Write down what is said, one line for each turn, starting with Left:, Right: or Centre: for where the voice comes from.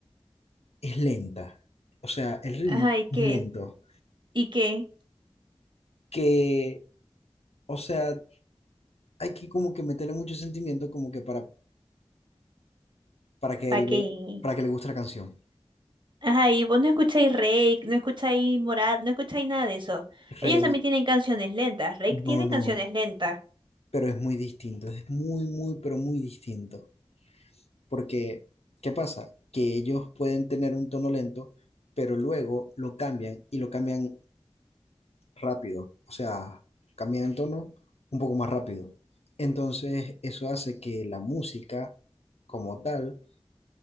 Left: es lenta. O sea, el ritmo
Right: Ajá, ¿y qué?
Left: es lento.
Right: ¿Y qué?
Left: Que, o sea, hay que como que meterle mucho sentimiento como que para, para que
Right: ¿Pa
Left: le,
Right: qué?
Left: para que le guste la canción.
Right: Ajá, y vos no escucháis Reik, no escucháis Morat, no escucháis nada de eso. Ellos
Left: Rey,
Right: también tienen canciones lentas, Reik
Left: no,
Right: tiene
Left: no.
Right: canciones lentas.
Left: Pero es muy distinto. Es muy, muy, pero muy distinto. Porque, ¿qué pasa? Que ellos pueden tener un tono lento, pero luego lo cambian y lo cambian rápido. O sea, cambian el tono un poco más rápido. Entonces, eso hace que la música como tal